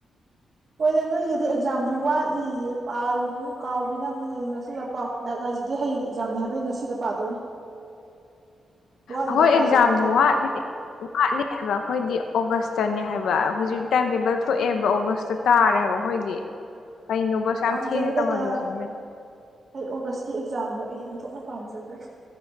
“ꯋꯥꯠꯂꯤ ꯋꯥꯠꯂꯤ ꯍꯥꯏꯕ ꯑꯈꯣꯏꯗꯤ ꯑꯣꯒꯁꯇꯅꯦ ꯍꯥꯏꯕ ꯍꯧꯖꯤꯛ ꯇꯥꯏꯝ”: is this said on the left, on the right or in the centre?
Left